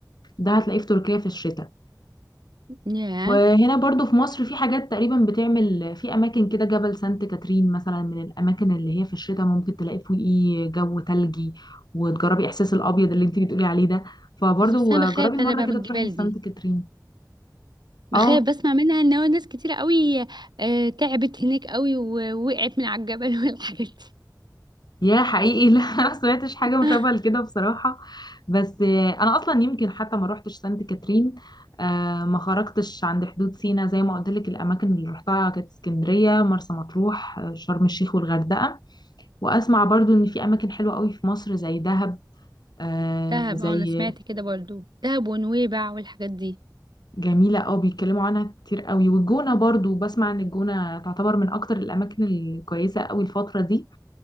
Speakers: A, on the left (about 75°); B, on the right (about 80°).
A: ده هتلاقيه في تركيا في الشتاء
B: ياه
A: وهنا برضو في مصر في حاجات تقريبا بتعمل في أماكن كده جبل سانت كاترين مثلا من الأماكن اللي هي في الشتاء ممكن تلاقي فوقيه جو تلجي وتجربي إحساس الأبيض اللي أنت بتقولي عليه ده فبرضو
B: بس بس انا بخاف
A: جربي مرة
B: انا بقى من
A: كده
B: الجبال
A: تروحي سانت
B: دي
A: كاترين
B: بخاف
A: اه
B: بسمع منها ان هو ناس كتيرة قوي آه، تعبت هناك قوي ووقعت من على الجبل <laughs> والحاجات دي
A: يا حقيقي <laughs> لا ما سمعتش حاجة
B: <laughs>
A: مشابهة لكده بصراحة بس آه، أنا أصلا يمكن حتى ما روحتش سانت كاترين آه، ما خرجتش عند حدود سينا زي ما قلت لك الأماكن اللي روحتها كانت اسكندرية
B: مم.
A: مرسى مطروح آه، شرم الشيخ والغردقة وأسمع برضو إن في أماكن حلوة قوي في مصر زي دهب آه،
B: دهب
A: زي
B: اه انا سمعت كده برضو دهب ونويبع والحاجات دي
A: جميلة قوي بيتكلموا عنها كتير قوي والجونة برضو بسمع إن الجونة تعتبر من أكتر الأماكن الكويسة قوي الفترة دي